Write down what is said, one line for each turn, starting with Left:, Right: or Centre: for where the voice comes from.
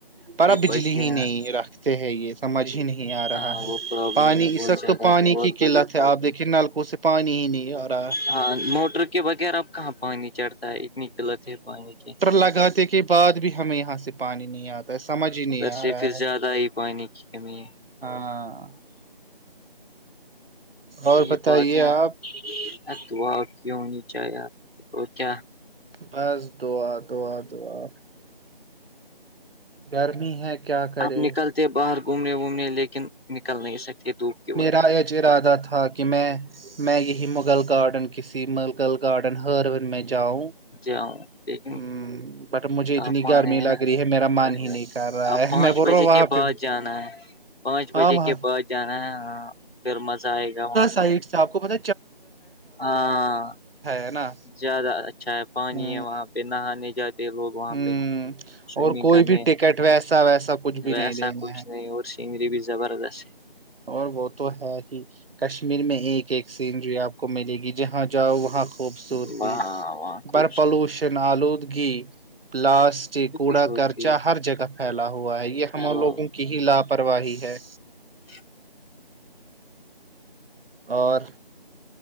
Right: پر آپ بجلی
Left: بچ گئے
Right: ہی
Left: ہیں
Right: نہیں رکھتے ہیں یہ سمجھ ہی نہیں آ
Left: ہاں
Right: رہا ہے
Left: وہ پرابلم
Right: پانی
Left: ہے بہت
Right: اس وق
Left: زیادہ
Right: تو پانی
Left: بہت
Right: کی
Left: بڑی
Right: قلت
Left: پرابلم
Right: ہے آپ دیکھیے نلکوں سے پانی ہی نہیں آ رہا ہے
Left: ہاں موٹر کے بغیر اب کہاں پانی چڑتا ہے اتنی غلت ہے پانی کی
Right: لگت کے بع بھی ہمیں یہاں سے پانی نہیں آتا ہے سمجھ ہی نہیں
Left: ادھر
Right: آ
Left: سے
Right: رہا
Left: پھر
Right: ہے
Left: زیادہ ہی پانی کی کمی ہے
Right: ہاں اور
Left: یہ
Right: بتائیے
Left: بات ہے
Right: آپ
Left: ا دعا کیوں نہیں چاہ یار کیا
Right: بس دعا دعا دعا گرمی ہے کیا کرے
Left: اب نکلتے باہر گھومنے وومنے لیکن نکل نہیں سکتے دپ
Right: میرا یہ ارادہ تھا کہ میں میں یہی مغل گارڈن کسی مغل گارڈن ہرون میں جاؤں
Left: جاؤں لیکن
Right: ہ بٹ مجھے
Left: تاپمان
Right: اتنی گرمی
Left: نا
Right: لگ رہی ہے میرا من
Left: گرمی
Right: ہی
Left: لگی،
Right: نہیں کر رہا
Left: اب
Right: ہے
Left: پانچ
Right: میں بول
Left: بجے
Right: رہا ہوں وہاں
Left: کے بعد
Right: پہ بھی
Left: جانا ہے پانچ
Right: ہاں
Left: بجے
Right: وہاں
Left: کے بعد جانا ہے پھر مزہ آئے گا وہاں
Right: سائٹ سے آپ کو پت
Left: ہاں
Right: ہے نا
Left: زیادہ اچھا ہے پانی
Right: ہ
Left: ہے وہاں پہ نہانے جاتے لوگ وہاں
Right: ہ
Left: پہ سوئمنگ
Right: اور کوئی
Left: کرنے
Right: بھی ٹکٹ ویسا ویسا کچھ بھی
Left: ویسا
Right: نہیں دینا
Left: کچھ
Right: ہے
Left: نہیں اور چگری پیزا براس سے
Right: اور وہ تو ہے ہی کشمیر میں ایک ایک سینچری آپ کو ملے گی جہاں جاؤ وہاں خوبصورتی
Left: ہے وہاں وہاں خوبصورتی
Right: بر پالوشن آلودگی پلاسٹک کوڑا
Left: ہی ہوتی
Right: کرچا
Left: ہے
Right: ہر جگہ پھیلا ہوا ہے یہ ہم
Left: اللہ،
Right: لوگوں کی ہی لابھ پرواہ ہے
Left: ج
Right: اور